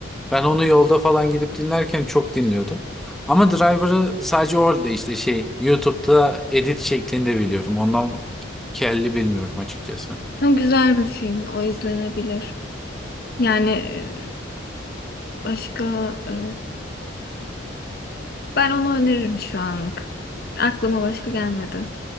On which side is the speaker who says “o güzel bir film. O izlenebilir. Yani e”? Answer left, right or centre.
Left